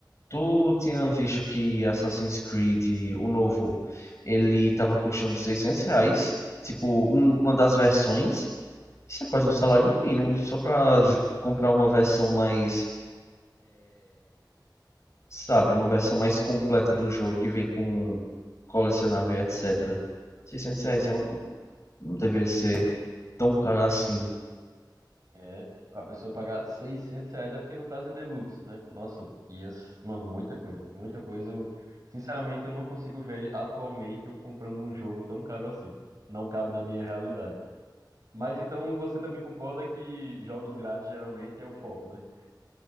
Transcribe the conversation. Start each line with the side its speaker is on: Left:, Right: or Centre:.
Left: Tu tinha visto que Assassin's Creed, o novo, ele tava custando 600 reais, tipo, um- uma das versões. Isso é quase um salário mínimo, só pra j- comprar uma versão mais, sabe, uma versão mais completa do jogo, que vem com colecionável, etc. seiscentos reais é um- não deveria ser. tão um cara assim.
Right: É, a pessoa pagar 600 reais é porque no caso é deluxe, né? Nossa, e as, mano, muita coisa, muita coisa. Eu, sinceramente, eu não consigo ver atualmente eu comprando um jogo tão caro assim. Não cabe na minha realidade. Mas então você também concorda que jogos grátis geralmente é o foco, né?